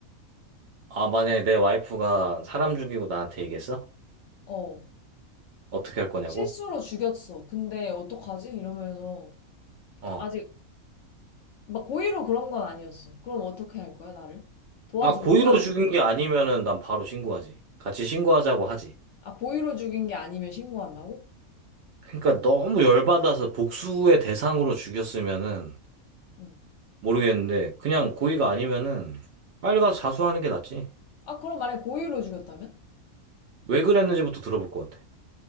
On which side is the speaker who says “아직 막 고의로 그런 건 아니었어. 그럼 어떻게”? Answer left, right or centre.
Left